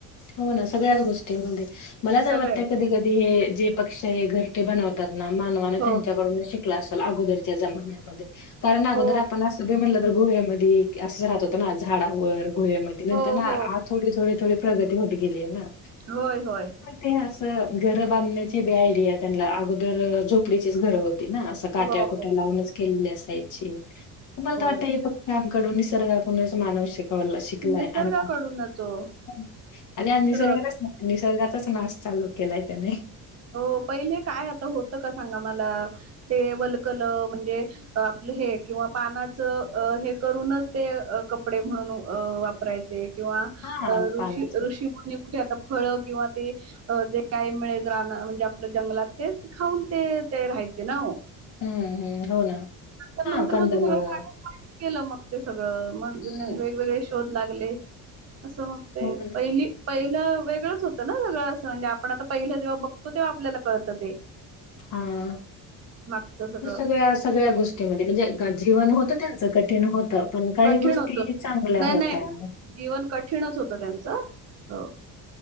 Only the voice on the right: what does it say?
सगळेच
हो
हो
हो
हो
होय होय
हो हो
होय
निसर्गाकडूनच
हो
निसर्गा
हो पहिले काय आता होतं का सांगा मला ते वलकल म्हणजे आपलं हे किंवा पानाचं अ हे करूनच ते अ कपडे म्हणून अ वापरायचे. किंवा
अ ऋषी
ऋषी मुनी कुठे आता फळ किंवा ते अ जे काय मिळेल राना म्हणजे आपलं जंगलात तेच खाऊन ते ते राहायचे ना हो.
नंतर
नंतर
म ते सगळं पाठ <inaudible> केलं मग ते सगळं मग
ने वेगवेगळे शोध लागले असं मग तय
पहिली पहिलं वेगळंच होतं ना सगळं असं म्हणजे आपण आता पहिलं जेव्हा बघतो तेव्हा आपल्याला कळतं ते.
मागचं सगळं
कठीण
होतं.
नाही
नाही
जीवन कठीणच होतं त्यांचं. हो.